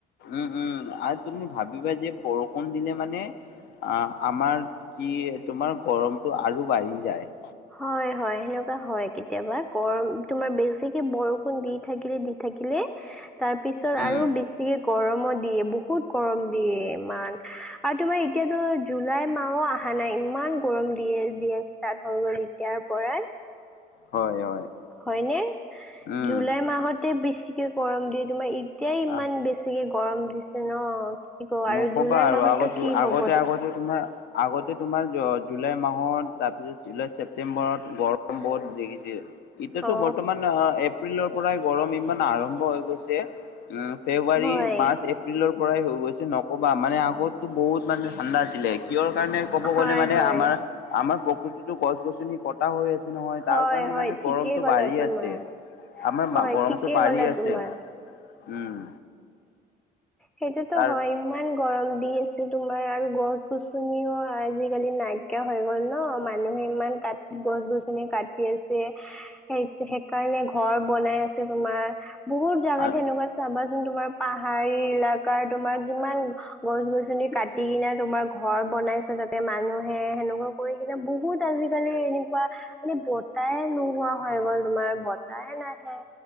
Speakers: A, on the left; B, in the centre.
A: উম উম আৰু তুমি ভাবিবা যে বৰষুণ দিলে মানে- অ আমাৰ কি তোমাৰ গৰমতটো আৰু বাঢ়ি যায়।
B: হয় হয় সেনেকুৱা হয়, কেতিয়াবা গৰম তুমাৰ বেছিকে বৰষুণ দি থাকিলে দি থ থাকিলে তাৰপিছত
A: উম,
B: আৰু বেছিকে গৰমো দিয়ে, বহুত গৰম দিয়ে ইমান আৰু তোমাৰ এতিয়াতো জুলাই মাহও অহা নাই ইমান গৰম দিয়ে বিয়া ষ্টাৰ্ট হৈ গ'ল এতিয়াৰ পৰাই।
A: হয়, হয়,
B: হয়নে?
A: উম,
B: জুলাই মাহত ত বেছিকে গৰম দিয়ে, তোমাৰ এতিয়াই ইমান
A: আহ
B: বেছিকে গৰম দিছে ন। কি ক আৰু
A: নকবা
B: জুলাই
A: আৰু
B: মাহতো
A: আগ
B: কি
A: আগতে
B: হব
A: আগতে তোমাৰ আগতে তোমাৰ জুলাই মাহত তাৰপিছত জুলাই ছেপ্তেম্বৰত গৰম বহুত দেখিছিল। এতিয়াতো
B: অ
A: বৰ্তমান আহ এপ্ৰিলৰ পৰাই গৰম ইমান আৰম্ভ হৈ গৈছে। উম ফেব্ৰুৱাৰী
B: হয়
A: মাৰ্চ এপ্ৰিলৰ পৰাই হৈ গৈছে। নকবা মানে আগতো বহুত মানে ঠাণ্ডা আছিলে। কিহৰ কাৰণে ক'ব
B: হয়
A: গ'লে মানে
B: হয়
A: আমাৰ আমাৰ প্ৰকৃতিতো গছ গছনি কটা হৈ আছে। নহয়
B: হয়
A: তাৰ কাৰণে
B: হয়
A: মানে
B: ঠিকেই
A: গৰমতটো
B: ক'লা
A: বাঢ়ি
B: তোমাৰ
A: আছে। আমাৰ
B: হয়
A: গৰমটো
B: ঠিকেই
A: বাঢ়ি
B: ক'লা
A: আছে,
B: তোমাৰ
A: উম
B: সেইটোতো
A: তাৰ
B: হয় ইমান গৰম দি আছে তোমাৰ আৰু গছ গছনিও আজিকালি নাইকিয়া হৈ গ'ল ন। মানুহে ইমান কাট গছ গছনি কাটি আছে। স সেইকাৰণে ঘৰ বনাই আছে তোমাৰ বহুত জোগা
A: অ'।
B: তেনেকুৱা চাবা যোন তোমাৰ পাহ পাৰী এলকাৰাৰ তোমাৰ কিমান গছ গছনি কাটি তোমাৰ ঘৰ বনাইছে তাতে মানুহে সেনেকুৱা কৰি কিনে বহুত আজিকালি এনেকুৱা। মানে বতাহে নোহোৱা হৈ গ'ল তোমাৰ বতাহ নাহে।